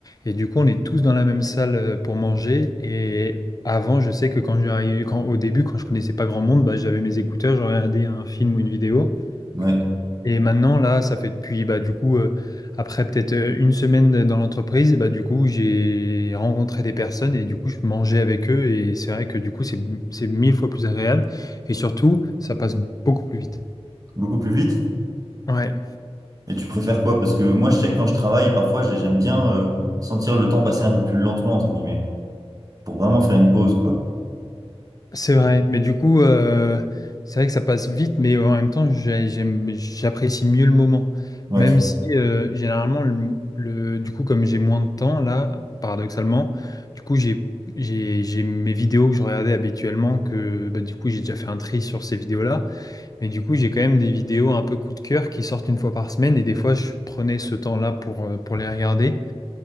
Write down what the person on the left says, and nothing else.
Et du coup, on est tous dans la même salle euh, pour manger. Et avant, je sais que quand j'arrivais, quand, au début, quand je connaissais pas grand monde, bah, j'avais mes écouteurs, je regardais un film ou une vidéo.
Et maintenant, là, ça fait depuis, bah, du coup, euh, après peut-être euh, une semaine dans l'entreprise, bah, du coup, j'ai rencontré des personnes et du coup, je mangeais avec eux. Et c'est vrai que du coup, c'est c'est mille fois plus agréable. Et surtout, ça passe beaucoup plus vite.
Ouais.
C'est vrai, mais du coup, euh, c'est vrai que ça passe vite, mais en même temps, j'ai- j'aime- j'apprécie mieux le moment.
Même si, euh, généralement, le, le- du coup, comme j'ai moins de temps, là, paradoxalement, du coup, j'ai j'ai- j'ai mes vidéos que je regardais habituellement, que bah, du coup, j'ai déjà fait un tri sur ces vidéos-là, mais du coup, j'ai quand même des vidéos un peu coup de cœur qui sortent une fois par semaine, et des fois, je prenais ce temps-là pour, euh, pour les regarder.